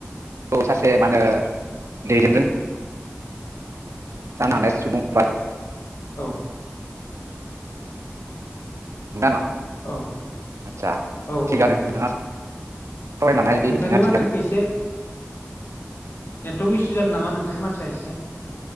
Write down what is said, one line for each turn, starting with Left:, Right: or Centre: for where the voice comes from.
Right: खौ सासे मा होनो <unintelligible> हानाय सुबुं बा
Left: औ
Right: <unintelligible> <unintelligible>
Left: औ
Right: आदसा
Left: औ
Right: थिगानो
Left: औ नंगौ
Right: नोंथाङा सावरायनो लानाय बे
Left: नोंथांनि
Right: बिथिङा थिगानो
Left: माथोखौ एसे नेटवर्क इसु जादों नामा नोंथांनि माथोया एसे